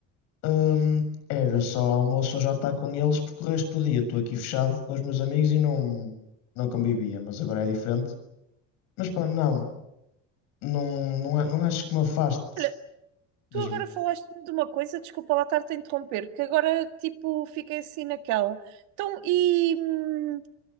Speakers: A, on the left; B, on the right.
A: hum, era só almoço ou jantar com eles, porque o resto do dia estou aqui fechado com os meus amigos e não, não convivia, mas agora é diferente. Mas pá, não, não, não, a- não acho que me afaste.
B: Olha,
A: Diz-me,
B: tu agora falaste-me de uma coisa, desculpa lá estar-te a interromper, que agora tipo fiquei assim naquela. Então, e hum,